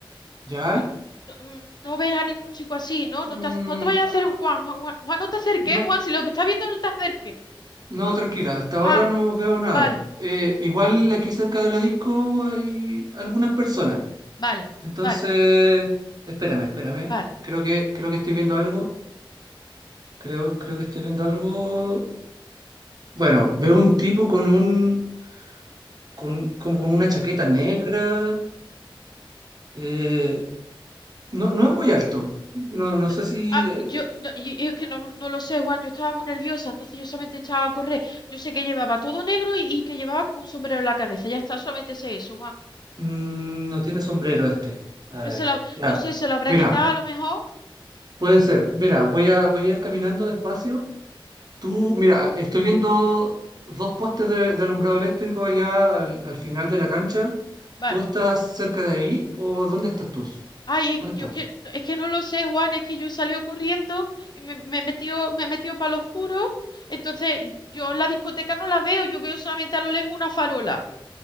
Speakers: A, on the right (about 50°); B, on the left (about 50°).
A: ¿Ya?
B: Tú no, no ves a ningún chico así, ¿no? No
A: Mm,
B: te, ac- no te vayas
A: ah,
B: a hacer Juan, Juan, Juan, Juan, no te acerques,
A: no,
B: ¿eh, Juan, si lo estás viendo, no te acerques.
A: no, tranquila, hasta ahora
B: Ah,
A: no veo nada.
B: vale,
A: Eh, igual aquí cerca de la disco hay algunas personas.
B: vale,
A: Entonces,
B: vale,
A: espérame, espérame.
B: vale.
A: Creo que, creo que estoy viendo algo. Creo, creo que estoy viendo algo. Bueno, veo un tipo con un, con, como con una chaqueta negra. eh, no, no es muy alto. No, no
B: D-
A: sé si
B: Ah,
A: eh,
B: yo, no, y- y es que no, no lo sé, Juan, yo estaba muy nerviosa, entonces yo solamente echaba a correr. Yo sé que llevaba todo negro y, y que llevaba como un sombrero en la cabeza, ya está, solamente sé eso, Juan.
A: mm, no tiene sombrero este. A
B: No,
A: ver,
B: se lo-
A: ya.
B: no sé, se lo habrá
A: Mira,
B: quitado a lo mejor.
A: puede ser. Mira, voy a, voy a ir caminando despacio. Tú, mira, estoy viendo dos postes de, de alumbrado eléctrico allá al, al final de la cancha.
B: Vale.
A: ¿Tú estás cerca de ahí o dónde estás tú?
B: Ay, es,
A: ¿Dónde estás?
B: yo es que, es que no lo sé, Juan, es que yo he salido corriendo y me, me he metido, me he metido para lo oscuro. Entonces, yo en la discoteca no la veo, yo veo solamente a lo lejos una farola.